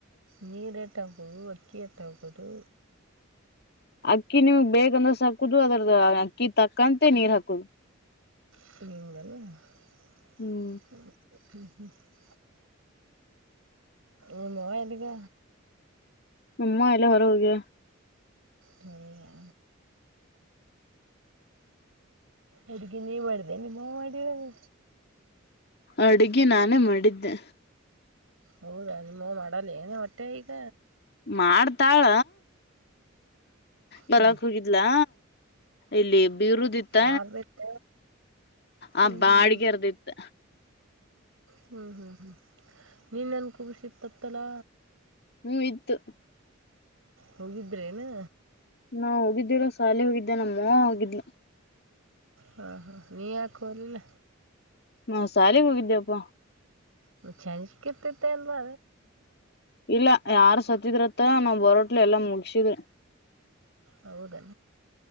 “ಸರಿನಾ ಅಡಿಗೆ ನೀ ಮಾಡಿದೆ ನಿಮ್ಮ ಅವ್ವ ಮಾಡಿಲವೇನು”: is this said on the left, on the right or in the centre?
Right